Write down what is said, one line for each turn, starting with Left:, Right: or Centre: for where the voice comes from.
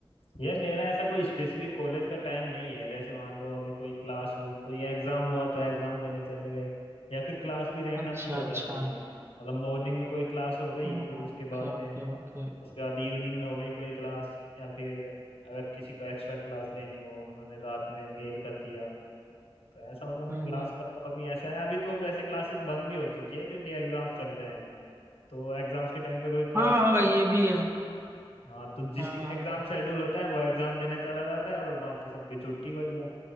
Left: यार मेरा ऐसा कोई स्पेसिफिक कॉलेज का टाइम नहीं है जैसे मान लो अभी कोई क्लास हुई कोई एग्जाम हुआ तो एग्जाम देने चले गए या फिर क्लास भी रैंडमली
Right: अच्छा
Left: हो
Right: अच्छा
Left: जाती है मतलब मॉर्निंग में कोई क्लास हो गई
Right: Okay
Left: फिर उसके बाद
Right: okay
Left: में
Right: okay
Left: उसके बाद इवनिंग में हो गई कोई क्लास या फिर अगर किसी को एक्स्ट्रा क्लास लेनी हो उन्होंने रात में मेल कर दिया तो ऐसा मतलब
Right: हम्म
Left: क्लास
Right: हम्म
Left: का तो अभी ऐसा है अभी तो वैसे क्लासेस बंद भी हो चुकी है क्योंकि एग्जाम्स चल रहे हैं तो एग्जाम्स के टाइम पे कोई क्लास
Right: हाँ हाँ ये भी है हाँ
Left: हाँ तो जिसका
Right: हाँ
Left: एग्जाम शेड्यूल होता है वो एग्जाम देने चला जाता है और बाकी सबकी छुट्टी बढ़िया